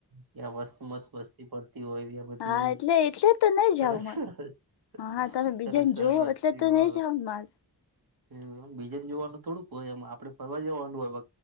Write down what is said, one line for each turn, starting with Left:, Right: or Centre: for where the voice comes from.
Right: ત્યાં મસ્ત મસ્ત વસ્તી પડતી હોય ત્યા બધી
Left: હા એટલે એટલે તો નઈ
Right: સરસ
Left: જાવ માર
Right: સરસ.
Left: હા તમે બીજાને
Right: સરસ સરસ
Left: જુઓ
Right: વસ્તી
Left: એટલે તો
Right: હો.
Left: નઈ જાવ માર
Right: એમ બીજે જ જોવાનું થોડુંક હોય એમ આપડે ફરવા જવાનું હોય બ.